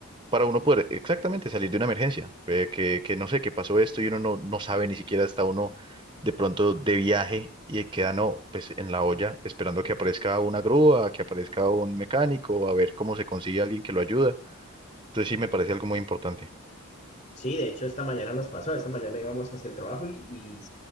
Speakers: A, on the right; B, on the left.
A: para uno poder exactamente salir de una emergencia, eh, que, que no sé, que pasó esto y uno no, no sabe ni siquiera está uno de pronto de viaje y queda no, pues en la olla esperando que aparezca una grúa, que aparezca un mecánico, a ver cómo se consigue alguien que lo ayuda. Entonces sí me parece algo muy importante.
B: Sí, de hecho esta mañana nos pasó, esta mañana íbamos hacia el trabajo y, y